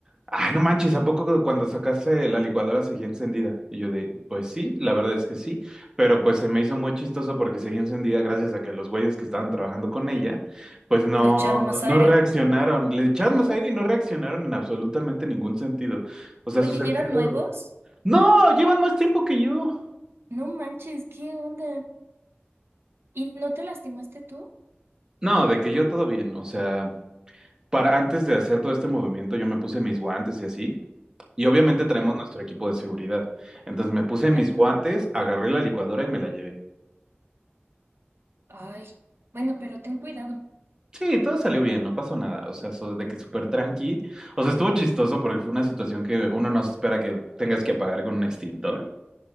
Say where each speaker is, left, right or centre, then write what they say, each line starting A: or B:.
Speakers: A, on the right (about 20°); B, on the right (about 70°).
A: ay, no manches, ¿a poco cu- cuando sacaste la licuadora seguía encendida? Y yo de, pues sí, la verdad es que sí, pero pues se me hizo muy chistoso porque seguía encendida gracias a que los güeyes que estaban trabajando con ella, pues no,
B: Le echaron más
A: no
B: aire.
A: reaccionaron, le echaron
B: Ujú.
A: más aire y no reaccionaron en absolutamente ningún sentido. O sea,
B: Oye,
A: su sentido...
B: ¿y eran nuevos?
A: No, llevan más tiempo que yo.
B: No manches, ¿qué onda? ¿Y no te lastimaste tú?
A: No, de que yo todo bien, o sea... para antes de hacer todo este movimiento, yo me puse mis guantes y así. Y obviamente traemos
B: Ujú,
A: nuestro equipo de seguridad. Entonces me puse mis
B: Ajá.
A: guantes, agarré la licuadora y me la llevé.
B: Ay, bueno, pero ten cuidado.
A: Sí, todo salió bien, no pasó nada. O sea, so- de que súper tranqui. O sea, estuvo chistoso porque fue una situación que uno no se espera que tengas que apagar con un extintor.